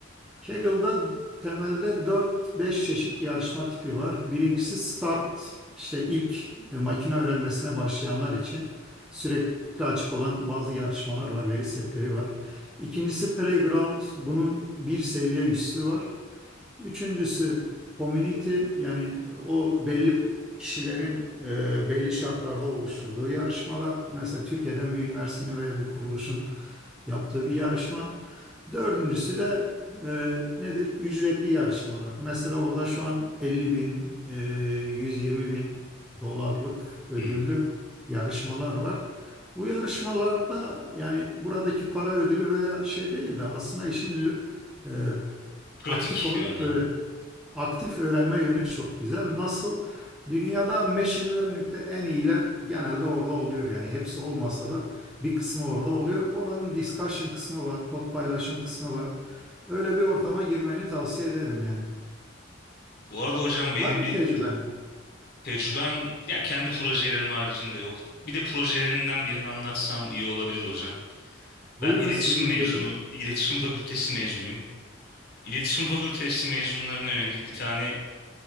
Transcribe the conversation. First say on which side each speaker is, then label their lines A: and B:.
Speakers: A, in the centre; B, on the left (about 50°).
A: Kaggle'da temelde dört beş çeşit yarışma tipi var. Birincisi start, işte ilk e, makine öğrenmesine başlayanlar için sürekli açık olan bazı yarışmalar var, veri setleri var. İkincisi playground, bunun bir seviye üstü var. Üçüncüsü community yani o belli kişilerin e, belli şartlarda oluşturduğu yarışmalar. Mesela Türkiye'den bir üniversitenin veya bir kuruluşun yaptığı bir yarışma. Dördüncüsü de e, nedir? Ücretli yarışmalar. Mesela orada şu an elli bin, e, 120 bin dolarlık ödüllü
B: Hmm.
A: yarışmalar var. Bu yarışmalarda yani buradaki para ödülü veya şey değil de aslında işin e,
B: Pratik
A: aktif olarak
B: yönden.
A: öğre
B: mi?
A: Aktif öğrenme yönü çok
B: Hmm.
A: güzel. Nasıl? Dünyada machine learning'de en iyiler genelde orada oluyor. Yani hepsi olmasa da bir kısmı orada oluyor. Oranın discussion kısmı var, kod paylaşım kısmı var. Öyle bir ortama girmeni tavsiye ederim yani.
B: Bu arada hocam benim
A: Var mı
B: bir
A: tecrüben?
B: p- tecrübem ya kendi projelerim haricinde yok. Bir de projelerimden birini anlatsam iyi olabilir hocam.
A: Buyurun
B: Ben iletişim
A: sizi dinliyorum.
B: mezunu, iletişim fakültesi mezunuyum. İletişim fakültesi mezunlarına yönelik bir tane